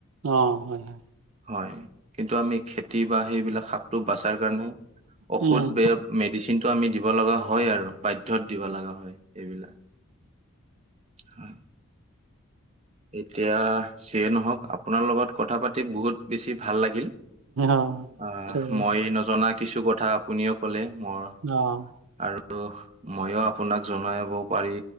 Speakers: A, on the right; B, on the right.
A: অঁ', -হয়-হয়।
B: হয়, কিন্তু আমি খেতি বা সেইবিলাক শাক- টো বচাৰ কাৰণে ঔষধ
A: উম
B: বে মেডিচিনটো আমি দিব লগা হয় আৰু বা- ধ্যত দিব লগা হয় এইবিলাক। হয়। এতিয়া যিয়ে নহওঁক আপোনাৰ লগত কথা পাতি বহুত বেছি ভাল লাগিল।
A: অ
B: আঁহ'
A: ঠিক
B: মই নজনা- কিছু কথা আপুনিয়ো ক'লে মই
A: অঁহ'।
B: আৰু মইও আপোনাক জনাব পাৰি